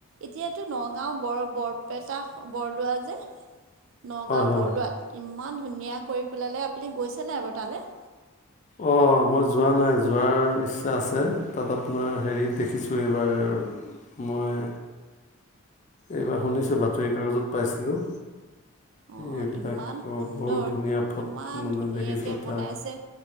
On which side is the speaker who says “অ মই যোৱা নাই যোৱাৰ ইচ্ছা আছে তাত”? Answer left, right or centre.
Left